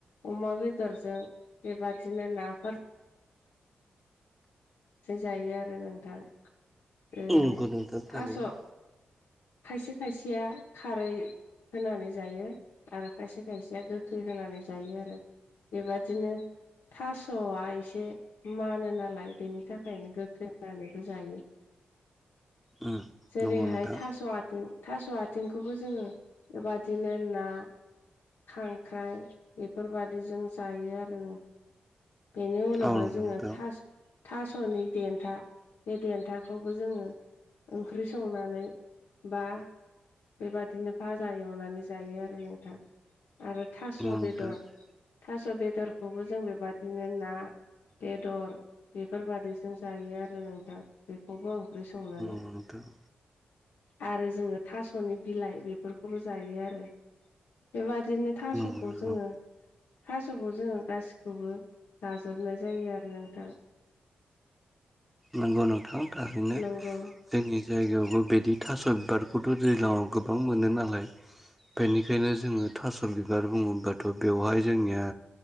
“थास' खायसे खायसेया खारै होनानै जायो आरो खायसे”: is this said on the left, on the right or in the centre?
Left